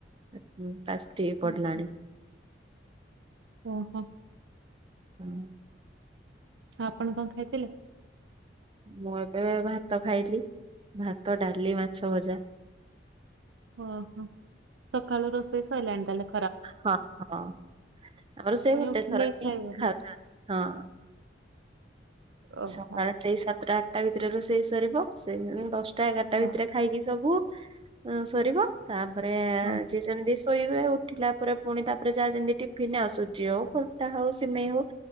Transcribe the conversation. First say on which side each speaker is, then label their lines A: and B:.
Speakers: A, on the right (about 30°); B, on the right (about 80°).
A: ତା ସ୍ତ୍ରୀ ପଢିଲାଣି।
B: ଓହୋ ଓହୋ।
A: ହଁ।
B: ଆପଣ କଣ ଖାଇଥିଲେ?
A: ମୁଁ ଏବେ ଭାତ ଖାଇଲି ଭାତ ଡାଲି ମାଛ ଭଜା।
B: ଓହୋ ସକାଳୁ ରୋଷେଇ ସରିଲାଣି ତାହା ହେଲେ।
A: ହଁ ହଁ ଆମର ସେ
B: ପୁଣି
A: ଗୋଟେ
B: ଉଠିଲେ
A: ଥର ହିଁ
B: ଖାଇବେ
A: ଖାଉଛ
B: ନା
A: ନ୍ତି ହଁ।
B: ଓହୋ
A: ସକାଳ ସେଇ ସାତଟା ଆଠଟା ଭିତରେ ସେଇ ସରିବ ସେଇ ଦଶଟା ଏଗାରଟା
B: ହଁ
A: ଭିତରେ। ଖାଇକି ସବୁ ସରିବ ତାପରେ
B: ହଁ
A: ଯିଏ ଯେମିତି ଶୋଇବେ। ଉଠିଲା ପରେ ପୁଣି ତାପରେ ଯାହା ଯେମିତି ଟିଫିିନ ଆସୁଜି ହଉ ଖଲଟା ହଉ ସିମେଇ ହଉ।